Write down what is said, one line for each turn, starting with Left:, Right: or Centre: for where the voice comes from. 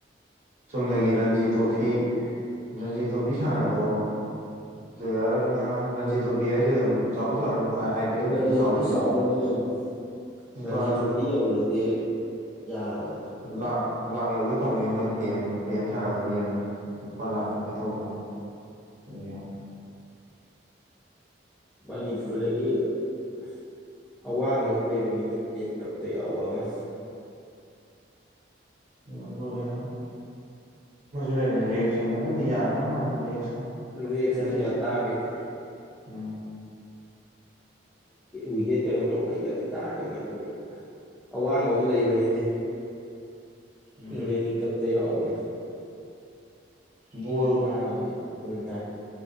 Right: ꯆꯨꯝꯅꯒꯤ ꯔꯟꯖꯤ ꯇꯣꯐꯤ꯫ ꯖꯤ ꯇꯣꯄꯤ ꯁꯥꯅꯕꯗꯣ꯫ ꯄ꯭ꯂꯦꯔ ꯑꯃꯅ ꯔꯟꯖꯤ ꯇꯣ ꯄꯤ ꯍꯥꯏꯁꯦ ꯑꯗꯨꯝ ꯆꯥꯎ <unintelligible>
Centre: ꯔꯥꯟꯖꯤ
Right: ꯆꯥꯎꯋꯦ
Centre: ꯇ꯭ꯔꯣꯐꯤ
Right: ꯑꯗꯨꯏꯁꯨ
Centre: ꯆꯥꯎꯔꯕꯅꯤ ꯀꯩꯅꯣ
Right: ꯂꯨꯄꯥ
Centre: ꯔꯥꯟꯖꯤ ꯇ꯭ꯔꯣꯐꯤ ꯌꯧꯔꯗꯤ ꯌꯥꯔꯕ꯫
Right: ꯂ ꯂꯥꯛ ꯌꯧꯒꯦ ꯇꯧꯅꯤꯡꯉ ꯃꯣꯏ ꯄ꯭ꯂꯦ ꯑꯗ ꯄ꯭ꯂꯦ ꯑꯃ ꯁꯥꯟꯅꯕꯗꯣ ꯃꯤ ꯑꯃꯗ꯫ ꯂꯨꯄꯥ ꯂꯥꯛ ꯌꯧꯒꯦ ꯇꯧꯕꯅꯦꯕ <unintelligible>
Centre: ꯃꯅꯤꯄꯨꯔꯗꯒꯤ <unintelligible> ꯑꯋꯥꯡꯕ ꯑꯃ ꯂꯩꯕꯅꯤꯅ ꯏꯟꯗꯤꯌꯥꯟ ꯀꯞꯇ ꯌꯥꯎꯕ ꯑꯃ꯫
Right: ꯃꯅꯤꯄꯨꯒꯤ ꯑꯃ ꯂꯩꯕꯅꯤ ꯔꯦꯛꯁ ꯍꯥꯏꯅ ꯑꯗꯨꯗꯤ ꯌꯥꯗ꯭ꯔ ꯃꯥꯜꯜꯂꯤ ꯔꯦꯛꯁꯇꯣ꯫
Centre: ꯔꯦꯛꯇꯨꯗꯤ
Right: ꯔꯟꯖꯤꯠꯇꯣ
Centre: ꯀꯌꯥ ꯇꯥꯈꯤꯗ꯭ꯔꯦ꯫
Right: ꯎꯝ
Centre: ꯋꯤꯀꯦꯠ ꯀꯩꯅꯣ ꯂꯧꯕꯩꯒꯗꯤ ꯇꯥꯈꯤꯕꯦꯅꯦ ꯑꯗꯨꯒ꯫ ꯑꯋꯥꯡꯕ ꯑꯃ ꯂꯩꯕꯅꯤꯅꯦ
Right: ꯎꯝ
Centre: ꯏꯪꯂꯦꯟꯒꯤ ꯀꯞꯇ ꯌꯥꯎꯕꯅꯦ꯫
Right: ꯕꯣꯜ
Centre: ꯃꯥ ꯑꯃꯗꯤ ꯑꯗꯨꯝ ꯇꯥꯏ꯫